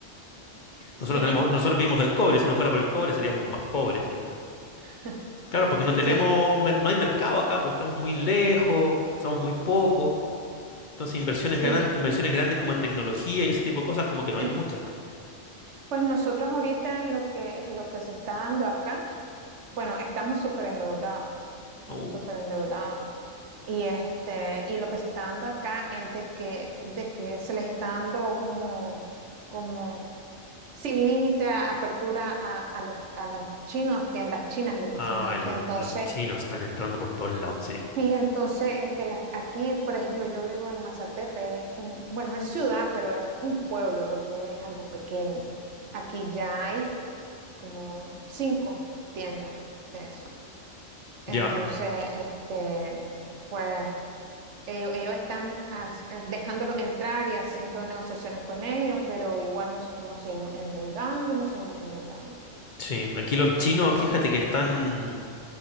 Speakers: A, on the right; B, on the left.
A: sí,
B: Nosotros tenemos, nosotros vivimos del cobre, si no fuera por el cobre seríamos más pobres que...
A: <laughs>
B: Claro, porque no tenemos,
A: sí,
B: mer- no hay mercado acá, pues estamos muy lejos, somos muy pocos. Entonces inversiones
A: sí.
B: gran- inversiones grandes como en tecnología y ese tipo de cosas como que no
A: <clears throat>
B: hay muchas. pues.
A: Pues nosotros ahorita lo que, lo que se está dando acá, bueno, estamos súper endeudados, estamos
B: Uh,
A: súper endeudados. Y este, y lo que se está dando acá es de que, de que se les está dando como, como sin límite a apertura a, a los, a los chinos, tiendas chinas, les
B: ay,
A: decimos aquí.
B: los,
A: Entonces,
B: los chinos están entrando por todos lados, sí.
A: sí, entonces, este, las, aquí, por ejemplo, yo vivo en Mazatepe, es un, bueno, es ciudad, pero es un pueblo, lo que es algo pequeño. Aquí ya hay como cinco tiendas de eso. Entonces,
B: Ya,
A: este, pues ellos, ellos están as- eh, dejándolos entrar y haciendo negociaciones con ellos, pero igual nosotros nos seguimos endeudando y nos seguimos endeudando.
B: sí. Aquí los chinos, fíjate que están,